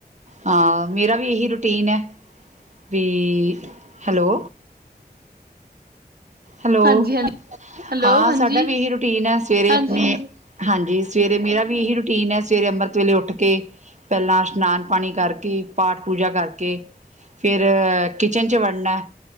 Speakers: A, on the right; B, on the right.
A: ਹਾਂ ਮੇਰਾ ਵੀ ਇਹੀ ਰੂਟੀਨ ਹੈ ਵੀ ਹੈਲੋ। ਹੈਲੋ,
B: ਹਾਂਜੀ ਹਾਂਜੀ ਹੈਲੋ
A: ਹਾਂ
B: ਹਾਂਜੀ
A: ਸਾਡਾ ਵੀ ਏਹੀ ਰੂਟੀਨ ਹੈ ਸਵੇਰੇ
B: ਹਾਂਜੀ
A: ਆਪਣੇ
B: ਹਾਂਜੀ
A: ਹਾਂਜੀ ਸਵੇਰੇ ਮੇਰਾ ਵੀ ਇਹੀ ਰੂਟੀਨ ਹੈ ਸਵੇਰੇ ਅੰਮ੍ਰਿਤ ਵੇਲੇ ਉੱਠ, ਕੇ ਪੈਲਾਂ ਇਸ਼ਨਾਨ ਪਾਣੀ ਕਰਕੇ, ਪਾਠ ਪੂਜਾ ਕਰਕੇ ਫੇਿਰ ਕਿਚਨ ਚ ਵੜਨਾ